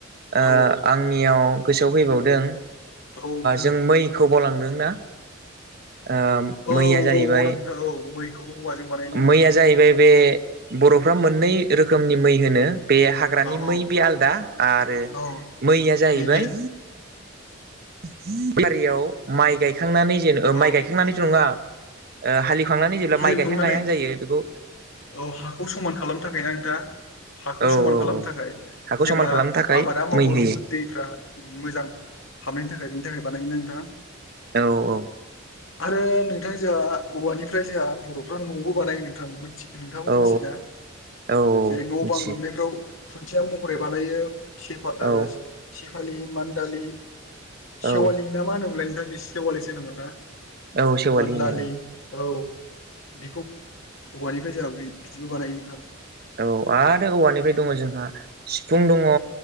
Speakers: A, on the right (about 50°); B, on the left (about 75°).
A: ओ
B: औ
A: आंनियाव गोसोआव फैबावदों
B: औ नोंथां
A: जों मैखौ गलांदोंना? ओ
B: औ
A: मैया
B: औ
A: जाहैबाय
B: बावदों नोंथां औ मैखौबो औवाजों बानायोना
A: मैया जाहैबाय बे बर'फ्रा मोननै रोखोमनि मै होनो। बे हाग्रानि
B: औ औ
A: मै बे आलदा आरो
B: औ
A: मैया जाहैबाय
B: नैबे
A: <inaudible> फारियाव माइ गायखांनानै जेन
B: औ
A: माइ गायखांनानैथ' नङा। ओ हालि खांनानै जेब्ला
B: हालेवखांनानै
A: माइ गायहां गायहां जायो बेखौ
B: औ हाखौ समान खालामनो थाखाय ना नोंथां? हाखौ
A: औ
B: समान खालामनो
A: औ
B: थाखाय।
A: हाखौ
B: जेब्ला
A: समान खालामनो थाखाय
B: आबादा मावो
A: मै
B: होमबा
A: होयो
B: दैफ्रा मोजां हाबनायनि थाखाय बिनि थाखाय बानायोना नोंथा?
A: औ औ।
B: आरो नोंथां जोंहा औवानिफ्राय जोंहा बर'फ्रा न'बो बानायो नोंथां। मिन्थि नोंथाङाबो
A: औ
B: मिथियोना?
A: औ
B: जेरै न'
A: मिथियो
B: बां लुनायफ्राव खुन्थिया महरै बानायो। सेफा ओ
A: औ
B: सेफालि मान्दालि सेवालि
A: औ
B: ना मा होनोमोनलाय नोंथां? सेवालिसो होनोमोनना?
A: औ सेवालि
B: मान्दालि
A: होनो
B: औ। बेखौ औवानिफ्राय जोंहा बि-बिदिबो बानायो नोंथां।
A: औ आरो औवानिफ्राय दङ जोंहा सिफुं दङ।